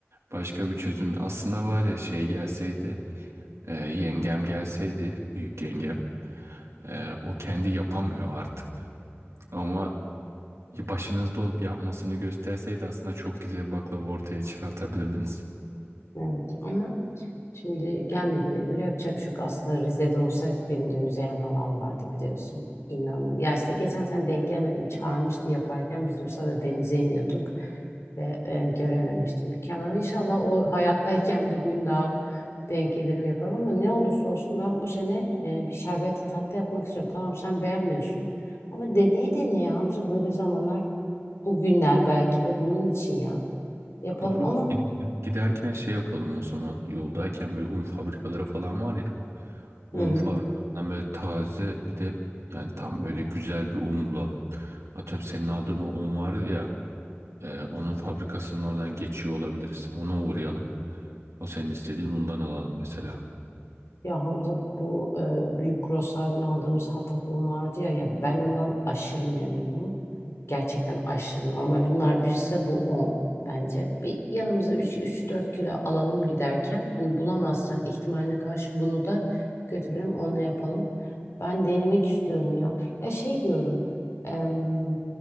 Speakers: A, on the right; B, on the left.
A: Başka bir çözüm aslında var ya şey gelseydi e, yengem gelseydi büyük yengem e, o kendi yapamıyor artık ama başınızda olup yapmasını gösterseydi aslında çok güzel bir baklava ortaya çıkartabilirdiniz.
B: evet ama Şimdi gelmediğine göre yapacak bir şey yok. Aslında Rize'de olsaydık benim de müzeyen halam vardı biliyorsun. İnanın. Ya işte geçen sene denk gelemedim. Çağırmıştı yaparken biz de o sırada denize iniyorduk. Ve e, görememiştim. Mükemmel. İnşallah o hayattayken bir gün daha denk gelirim yaparım. Ama ne olursa olsun ben bu sene e, bir şerbetli tatlı yapmak istiyorum. Tamam sen beğenmiyorsun. Ama deneye deneye Hamza böyle zamanlar bugünler belki de bunun için ya. Yapalım
A: Olur olur.
B: ama...
A: Gid- Giderken şey yapalım o zaman. Yoldayken böyle un fabrikaları falan var ya.
B: Hı
A: Un
B: hı.
A: fabrikalarından böyle taze bir de yani tam böyle güzel bir un bulalım. Atıyorum senin aldığın o un var ya. e, onun fabrikasının oradan geçiyor olabiliriz. Ona uğrayalım. O senin istediğin undan alalım mesela.
B: Ya Hamza bu e, büyük grosslardan aldığımız hatapım vardı ya ya ben ondan aşırı memnunum. Gerçekten aşırı normal. Bunlar birse bu 10 bence. Bir yanımıza üç dört kilo alalım giderken. Hani bulamazsak ihtimaline karşı bunu da götürelim onunla yapalım. Ben denemek istiyorum ya. Ya şey diyorum em,